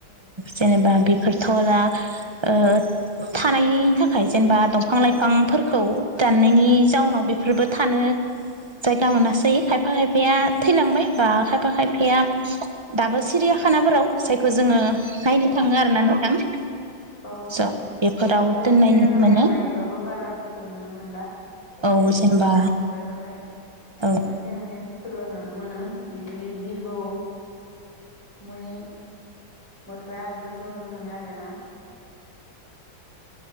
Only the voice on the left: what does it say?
अ
दाथ'
सिरियाखानायाव
नायहैबाबो बारा बुस्थु नुनो मोनला। एसे
एसेल'
नुनो मोनग्रा जाबाय।
मोनसे मोननै बुस्थुल' नुनो मोनो बिदिनो जिबौ मै मोख्रा बेफोरखौ नुनो मोनो आरो ना।